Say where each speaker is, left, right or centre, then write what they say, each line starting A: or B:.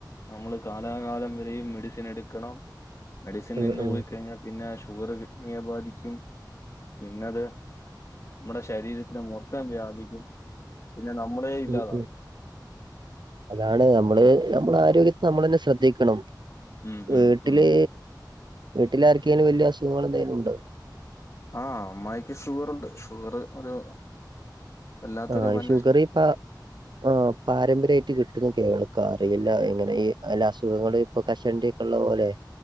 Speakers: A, on the left; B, on the right.
A: നമ്മള് കാലാകാലം വരെയും മെഡിസിൻ എടുക്കണം മെഡിസിൻ
B: ആഹ്
A: നിന്ന്പോയി
B: ആഹ്
A: കഴിഞ്ഞാൽ പിന്നെ ഷുഗർ കിണ്നിയെ ബാധിക്കും പിന്നെത് നമ്മുടെ ശരീരത്തിന് മൊത്തം വ്യാപിക്കും പിന്നെ നമ്മളേ ഇല്ലാതാവും
B: ഉം ഉം അതാണ് നമ്മള് നമ്മള ആരോഗ്യത്തെ നമ്മൾ തന്നെ ശ്രദ്ധിക്കണം
A: ഉം
B: വീട്ടില്
A: ഉം ഉം
B: വീട്ടിലെആർക്കെങ്കിലും വല്ല്യ അസുഖങ്ങൾഎന്തെലുണ്ടോ
A: ആഹ് അമ്മായിക്ക് ഷുഗറുണ്ട് ഷുഗർ ഒരു വല്ലാത്തൊരു
B: ആഹ്
A: ഉപന്യ
B: ഷുഗറിപ്പ ആഹ് പാരമ്പര്യായിട്ട് കിട്ടുന്നു കേൾക്കാ അറിയില്ല എങ്ങനെ ഈ അല്ല അസുഖങ്ങൾ ഇപ്പൊ കഷണ്ടി ഉള്ളപലെ